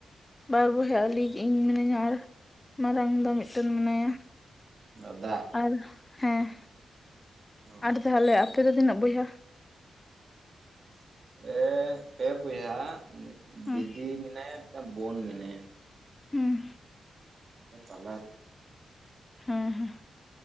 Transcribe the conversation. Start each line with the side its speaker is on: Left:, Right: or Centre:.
Left: ᱵᱟᱨ ᱵᱚᱭᱦᱟ ᱟᱹᱞᱤᱧ ᱤᱧ ᱢᱤᱱᱟᱹᱧᱟ ᱟᱨ ᱢᱟᱨᱟᱝ ᱫᱟ ᱢᱤᱫᱴᱮᱱ ᱢᱮᱱᱟᱭᱟ
Right: ᱫᱟᱫᱟ
Left: ᱟᱨ ᱦᱮᱸ
Right: ᱚ
Left: ᱟᱨ ᱛᱟᱦᱚᱞᱮ ᱟᱯᱮ ᱫᱚ ᱛᱤᱱᱟᱹᱜ ᱵᱚᱭᱦᱟ <inaudible>
Right: ᱯᱮᱻ ᱯᱮ ᱵᱚᱭᱦᱟ
Left: ᱦᱩᱸ
Right: ᱫᱤᱫᱤ ᱢᱮᱱᱟᱭᱟ ᱢᱤᱫᱴᱟᱹᱝ ᱵᱳᱱ ᱢᱮᱱᱟᱭᱟ
Left: ᱦᱮᱸ
Right: ᱛᱟᱞᱟ ᱨᱮ
Left: ᱦᱮᱸ ᱦᱮᱸ